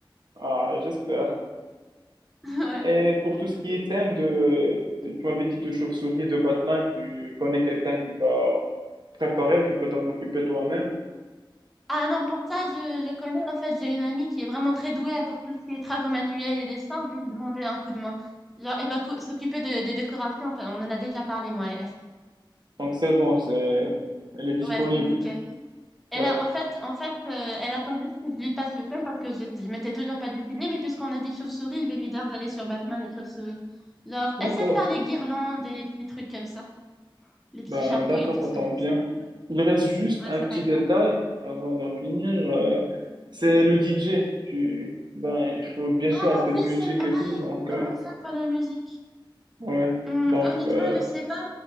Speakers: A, on the right; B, in the centre.
A: Ah, j'espère.
B: <laughs> Ouais.
A: Et pour tout ce qui est thème de, de- tu m'avais dit de chauve-souris et de Batman, tu connais quelqu'un qui va préparer, tu peux t'en occuper toi-même.
B: Ah non, pour ça, je, je connais. En fait, j'ai une amie qui est vraiment très douée pour tout ce qui est travaux manuels et dessins. Je vais lui demander un coup de main. Genre, elle va co- s'occuper de- des décorations. Enfin, on en a déjà parlé, moi et elle.
A: Donc c'est bon, c'est, elle est disponible.
B: Ouais, c'est nickel. Et
A: Ouais,
B: là, en fait, en fait, euh, elle attend juste que je lui passe le thème parce que je, je m'étais toujours pas décidée. Mais puisqu'on a dit chauve-souris, je vais lui dire d'aller sur Batman et chauve-souris. Genre,
A: d'accord.
B: elle sait faire les guirlandes et les petits trucs comme ça, les petits
A: Ben
B: chapeaux
A: d'accord,
B: et tout
A: ça
B: ça.
A: tombe
B: Du coup,
A: bien.
B: ça va.
A: Il reste juste
B: Ouais,
A: un
B: ça
A: petit
B: va être
A: détail
B: parfait.
A: avant d'en finir. euh, c'est le DJ. Tu, ben il faut bien sûr
B: Ah
A: un peu de
B: oui,
A: musique
B: c'est vrai.
A: et tout. Donc
B: Comment
A: euh,
B: ça pour la musique?
A: ouais.
B: Hum,
A: Donc
B: honnêtement,
A: euh,
B: je sais pas.